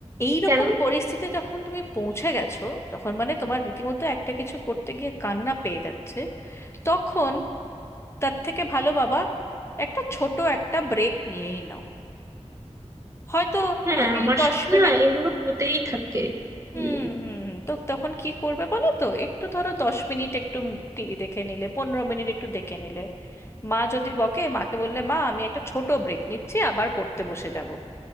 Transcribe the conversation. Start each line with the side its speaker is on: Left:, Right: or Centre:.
Left: এইরকম
Right: কেন
Left: পরিস্থিতি যখন তুমি পৌঁছে গেছো যখন মানে তোমার রীতিমতো একটা কিছু করতে গিয়ে কান্না পেয়ে যাচ্ছে তখন তার থেকে ভালো বাবা একটা ছোট একটা ব্রেক নিয়েই নাও হয়তো
Right: হ্যাঁ
Left: তুমি
Right: আমার
Left: দশ
Right: সাথে
Left: মিনিট
Right: না এগুলো হতেই থাকে
Left: হুম
Right: উম,
Left: হুম হুম তো তখন কি করবে বলো তো একটু ধরো দশ মিনিট একটু টিভি দেখে নিলে পনেরো মিনিট একটু দেখে নিলে মা যদি বকে মাকে বললে মা আমি একটা ছোট ব্রেক নিচ্ছি আবার পড়তে বসে যাব